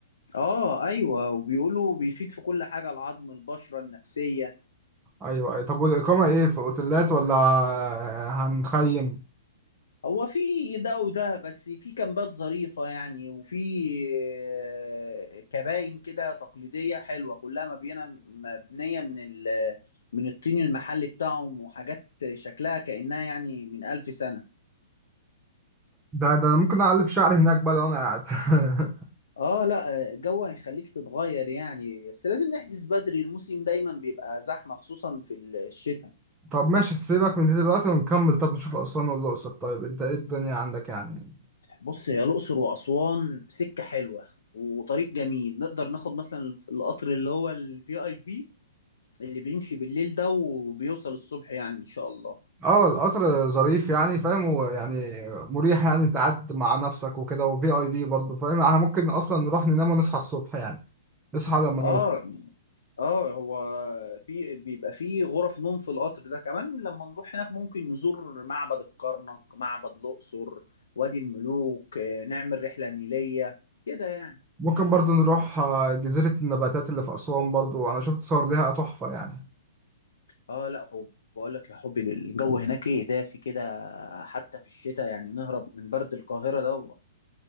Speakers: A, on the left; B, on the right.
A: اه ايوه وبيقولوا بيفيد في كل حاجه العظم البشره النفسيه
B: ايوه أيوة. طب والإقامة ايه في اوتيلات ولا هنخيم
A: هو في ده وده بس في كامبات ظريفه يعني وفي آه، كباين كده تقليديه حلوه كلها مبينه مبنيه من ال من الطين المحلي بتاعهم وحاجات شكلها كأنها يعني من ألف سنة
B: ده ده أنا ممكن أعلف شعري هناك بقى لو أنا قاعد <laughs>
A: اه لا الجو هيخليك تتغير يعني بس لازم نحجز بدري الموسم دايما بيبقى زحمة خصوصا في الشتاء
B: طب ماشي سيبك من دي دلوقتي ونكمل طب نشوف أسوان والأقصر طيب أنت إيه الدنيا عندك يعني
A: بص هي الأقصر وأسوان سكة حلوة وطريق جميل نقدر ناخد مثلا القطر اللي هو الفي اي بي اللي بيمشي بالليل ده وبيوصل الصبح يعني إن شاء الله
B: اه القطر ظريف يعني فاهم ويعني مريح يعني انت قاعد مع نفسك وكده وفي اي بي برضه فاهم احنا ممكن اصلا نروح ننام ونصحى الصبح يعني نصحى لما
A: اه
B: نموت
A: اه هو في بيبقى في غرف نوم في القطر ده كمان لما نروح هناك ممكن نزور معبد الكرنك معبد الأقصر وادي الملوك آه، نعمل رحلة نيلية كده يعني
B: ممكن برضه نروح آه، جزيرة النباتات اللي في أسوان برضه أنا شفت صور ليها تحفة يعني
A: اه لا وبقول لك يا حبي الجو هناك ايه دافي كده حتى في الشتاء يعني نهرب من برد القاهرة ده و...